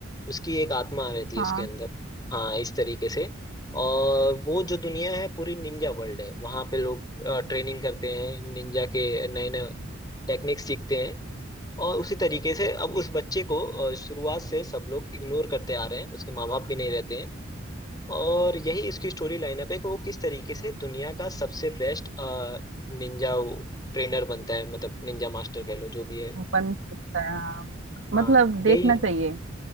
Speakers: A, on the left; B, on the right.
A: उसकी एक आत्मा रहती है
B: हाँ
A: उसके अंदर हाँ इस तरीके से और वो जो दुनिया है पूरी निंजा वर्ल्ड है वहां पे लोग ट्रेनिंग करते हैं निंजा के नए नए टेक्निक्स सीखते हैं और उसी तरीके से अब उस बच्चे को अ, शुरुआत से सब लोग इग्नोर करते आ रहे हैं उसके माँ बाप भी नहीं रहते हैं और यही इसकी स्टोरी लाइनअप है कि वो किस तरीके से दुनिया का सबसे बेस्ट निंजा ट्रेनर बनता है मतलब निंजा मास्टर कह लो जो भी है
B: वो बन सकता है हाँ
A: हाँ
B: मतलब देखना
A: यही है
B: चाहिए